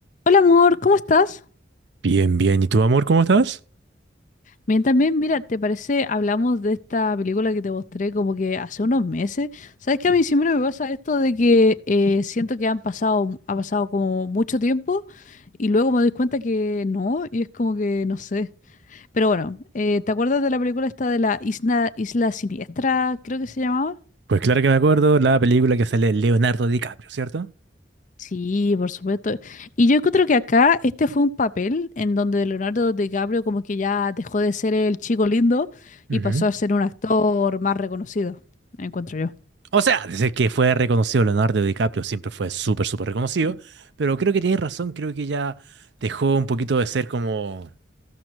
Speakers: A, on the left (about 40°); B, on the right (about 65°).
A: Hola amor, ¿cómo estás?
B: Bien, bien. ¿Y tú, amor, cómo estás?
A: Bien, también, mira, ¿te parece? Hablamos de esta película que te mostré como que hace unos meses. ¿Sabes que A mí siempre me pasa esto de que eh, siento que han pasado, ha pasado como mucho tiempo y luego me doy cuenta que no, y es como que no sé. Pero bueno, eh, ¿te acuerdas de la película esta de la Isla, Isla Siniestra, creo que se llamaba?
B: Pues claro que me acuerdo la película que sale Leonardo DiCaprio, cierto
A: Sí, por supuesto. Y yo creo que acá este fue un papel en donde Leonardo DiCaprio como que ya dejó de ser el chico lindo
B: Ujú.
A: y pasó a ser un actor más reconocido, encuentro yo.
B: O sea, desde que fue reconocido Leonardo DiCaprio, siempre fue súper, súper reconocido, pero creo que tienes razón, creo que ya dejó un poquito de ser como